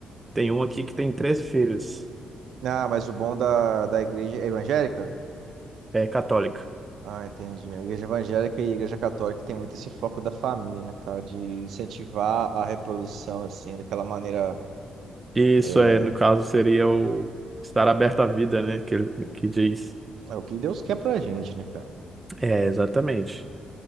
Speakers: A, on the right; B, on the right.
A: tem um aqui que tem 13 filhos,
B: Ah, mas o bom da, da igreja é evangélica?
A: é católica.
B: Ah, entendi. A igreja evangélica e a igreja católica tem muito esse foco da família, né, cara? De incentivar a reprodução, assim, daquela maneira
A: Isso
B: é,
A: é, no caso, seria o estar aberto à vida, né? Que, ele- que diz.
B: É o que Deus quer pra gente, né, cara?
A: É, exatamente.